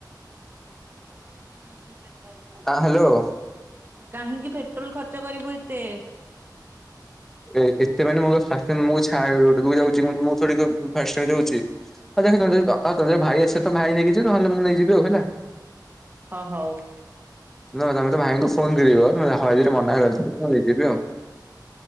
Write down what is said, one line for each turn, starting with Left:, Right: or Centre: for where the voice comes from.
Right: ହ ମୁଁ ଦୁଇ କେମତି ପେଟ୍ରୋଲ ଖର୍ଚ୍ଚ
Centre: ଆ
Right: କରିବ।
Centre: ହ୍ୟାଲୋ।
Right: କାହିଁକି ପେଟ୍ରୋଲ ଖର୍ଚ୍ଚ କରିବୁ ଏତେ?
Centre: ଏ ଏତେ ମାନେ ମୁ ଫାର୍ଷ୍ଟଟାଇମ ତମକୁ ଚଢିବାକୁ ଯାଉଚି ମୁଁ ଥୋଡ଼ି ଫାଷ୍ଟଟାମ ଯାଉଚି। ହଁ ଦେଖ ତର ତର ଭାଇ ଆସିବ ତ ଭାଇ ନେଇକି ଯିବ ନହଲେ ମୁଁ ନେଇଯିବି ଆଉ ହେଲା।
Right: ହଁ ହଉ।
Centre: ନ ତମେ ତ ଭାଇଙ୍କୁ ଫୋନ କରିବ ହରେ ମନା କରି ମୁଁ ନେଇଯିବି ଆଉ।